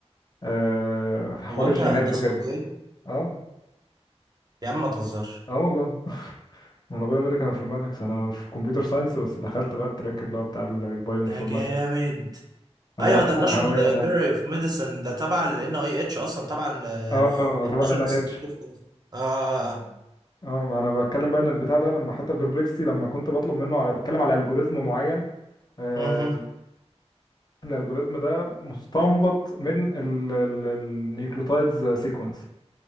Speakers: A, on the left; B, on the right.
A: آه في حوار
B: هو انت
A: الجينات
B: هندسه
A: وكده
B: طبيه
A: اه
B: يا عم ما تهزرش
A: اه والله <laughs> انا بايو ميديكال انفورماتكس انا في كمبيوتر ساينس بس دخلت بقى التراك اللي هو بتاع البايو انفورماتكس
B: ده جامد
A: الموضوع
B: ايوه
A: كان
B: ده الناشونال
A: على هواية
B: لايبراري
A: موت.
B: اوف ميديسن ده تبع ال ان اي اتش اصلا تبع الناشونال
A: اه اه هو تبع ال NIH
B: انستيتيوت اوف اه اه اه
A: اه ما انا بتكلم بقى ان البتاع ده لما حتى البربلكسي لما كنت بطلب منه انا بتكلم على الجوريزم معين آه
B: مهم.
A: الالجوريزم ده مستنبط من النيوكليوتايدز سيكونس